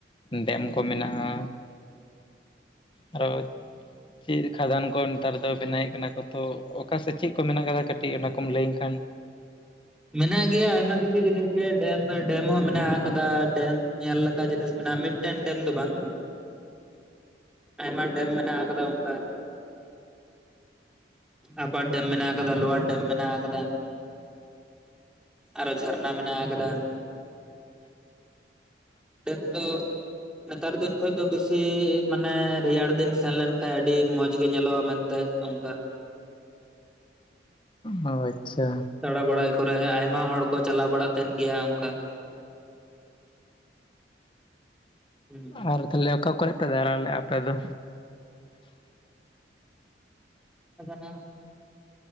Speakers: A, on the left; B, in the centre.
A: ᱰᱮᱢ ᱠᱚ ᱢᱮᱱᱟᱜ-ᱟ ᱟᱨᱚ ᱪᱮᱫ ᱠᱷᱟᱫᱟᱱ ᱠᱚ ᱱᱮᱛᱟᱨ ᱫᱚ ᱵᱮᱱᱟᱣᱮᱫ ᱠᱟᱱᱟ ᱠᱚ ᱛᱚ ᱚᱠᱟᱥᱮᱫ ᱪᱮᱫ ᱠᱚ ᱢᱮᱱᱟᱜ ᱟᱠᱟᱫᱟ ᱠᱟᱹᱴᱤᱡ ᱚᱱᱟ ᱠᱚᱢ ᱞᱟᱹᱭᱟᱹᱧ ᱠᱷᱟᱱ
B: ᱢᱮᱱᱟᱜ ᱜᱮᱭᱟ ᱟᱭᱢᱟ ᱠᱤᱪᱷᱩ ᱡᱤᱱᱤᱥ ᱜᱮ ᱰᱮᱢ ᱰᱮᱢ ᱦᱚᱸ ᱢᱮᱱᱟᱜ ᱟᱠᱟᱫᱟ ᱰᱮᱢ ᱧᱮᱞ ᱞᱮᱠᱟ ᱡᱤᱱᱤᱥ ᱢᱮᱱᱟᱜ-ᱟ ᱢᱤᱫᱴᱮᱱ ᱰᱮᱢ ᱫᱚ ᱵᱟᱝ
A: ᱻ
B: ᱟᱭᱢᱟ ᱰᱮᱢ ᱢᱟᱱᱟᱜ ᱠᱟᱫᱟ ᱚᱝᱠᱟ ᱟᱯᱟᱨ ᱰᱮᱢ ᱢᱮᱱᱟᱜ ᱟᱠᱟᱫᱟ ᱞᱚᱣᱟᱨ ᱰᱮᱢ ᱢᱮᱱᱟᱜ ᱟᱠᱟᱫᱟ ᱟᱨᱚ ᱡᱷᱟᱨᱱᱟ ᱢᱮᱱᱟᱜ ᱟᱠᱟᱫᱟ
A: ᱻ
B: ᱰᱮᱢ ᱫᱚ ᱱᱮᱛᱟᱨ ᱫᱤᱱ ᱠᱷᱚᱡ ᱫᱚ ᱵᱮᱥᱤ ᱢᱟᱱᱮ ᱨᱮᱭᱟᱲ ᱫᱤᱱ ᱥᱮᱱ ᱞᱮᱱᱠᱷᱟᱱ ᱟᱹᱰᱤ ᱢᱚᱸᱡᱽ ᱜᱮ ᱧᱮᱞᱚᱜ-ᱟ ᱢᱮᱱᱛᱮ ᱚᱝᱠᱟ
A: ᱚ ᱟᱪᱪᱷᱟ
B: ᱫᱟᱬᱟ ᱵᱟᱲᱟᱭ ᱠᱚᱨᱮ ᱟᱭᱢᱟ ᱦᱚᱲ ᱠᱚ ᱪᱟᱞᱟᱣ ᱵᱟᱲᱟᱜ ᱛᱟᱦᱮᱱ ᱜᱮᱭᱟ ᱚᱱᱠᱟ ᱦᱩᱸ
A: ᱟᱨ ᱛᱟᱦᱚᱞᱮ ᱚᱠᱟ ᱠᱚᱨᱮᱯᱮ ᱫᱟᱬᱟ ᱞᱮᱜ-ᱟ ᱟᱯᱮ ᱫᱚ
B: ᱜᱟᱱᱟ